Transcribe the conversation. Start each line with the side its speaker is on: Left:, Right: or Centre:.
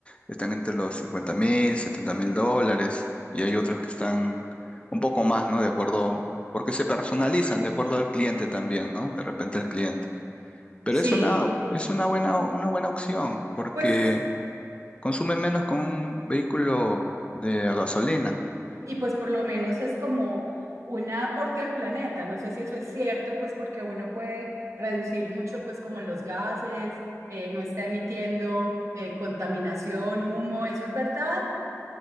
Left: están entre los cincuenta mil, setenta mil dólares, y hay otros que están un poco más, ¿no? De acuerdo, porque se personalizan de acuerdo al cliente también, ¿no? De repente al cliente. Pero
Right: Sí,
Left: es una es una buena una buena opción porque
Right: pues
Left: consume menos con un vehículo de a gasolina.
Right: Y pues por lo menos es como un aporte al planeta. No sé si eso es cierto, pues porque uno puede reducir mucho, pues como los gases, eh, no está emitiendo eh, contaminación, humo, ¿eso es verdad?